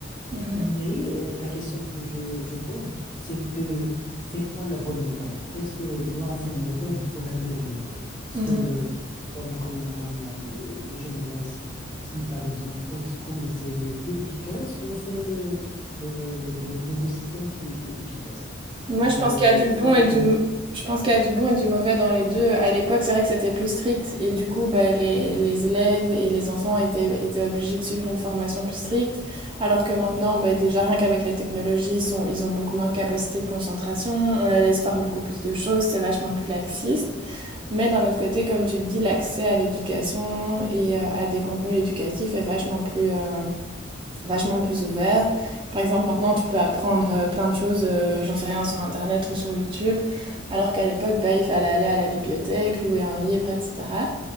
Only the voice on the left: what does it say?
Mais euh, la question que je, je pose, c'est que c'est quoi la bonne méthode? Est-ce que l'ancienne méthode ou la nouvelle méthode? Est-ce
que
le, comme, comme, comme euh, je dirais, si, si par exemple old school, c'est le plus efficace ou c'est le, le, le, le- le nouveau système qui est plus efficace?
Mais
euh, si
on,